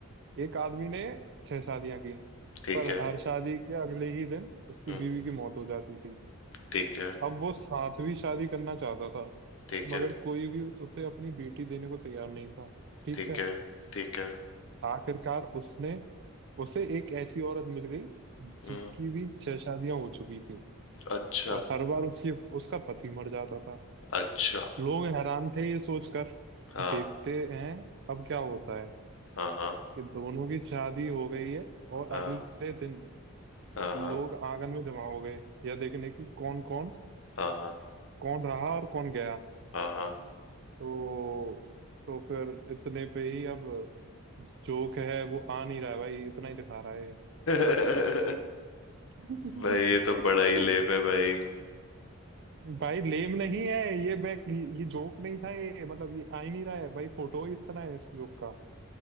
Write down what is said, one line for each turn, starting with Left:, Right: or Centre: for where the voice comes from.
Right: एक आदमी ने छह शादियां की
Left: ठीक
Right: पर
Left: है
Right: हर शादी के अगले ही दिन उसकी
Left: हम्म
Right: बीवी की मौत हो जाती थी
Left: ठीक है
Right: अब वो सातवीं शादी करना चाहता था
Left: ठीक
Right: मगर
Left: है
Right: कोई भी उसे अपनी बेटी देने को तैयार नहीं था ठीक
Left: ठीक
Right: है
Left: है ठीक है
Right: आखिरकार उसने उसे एक ऐसी औरत मिल गई
Left: हम्म
Right: जिसकी भी छह शादियां हो चुकी थी
Left: अच्छा
Right: और हर बार उसकी उसका पति मर जाता था
Left: अच्छा
Right: लोग हैरान थे ये सोचकर
Left: हाँ
Right: देखते हैं अब क्या होता है
Left: हाँ हाँ
Right: कि दोनों की शादी हो गई है और
Left: हाँ
Right: अगले दिन
Left: हाँ
Right: लोग आंगन में जमा हो गए यह देखने की कौन कौन
Left: हाँ
Right: कौन रहा और कौन गया
Left: हाँ हाँ
Right: तो तो फिर इतने पे ही अब जोक है वो आ नहीं रहा है भाई इतना ही दिखा रहा है
Left: <laughs>
Right: <laughs>
Left: भाई ये तो बड़ा ही लेप है भाई
Right: भाई लेम नहीं है ये मैं ये जोक नहीं था ये मतलब ये आ ही नहीं रहा है भाई फोटो ही इतना है इस जोक का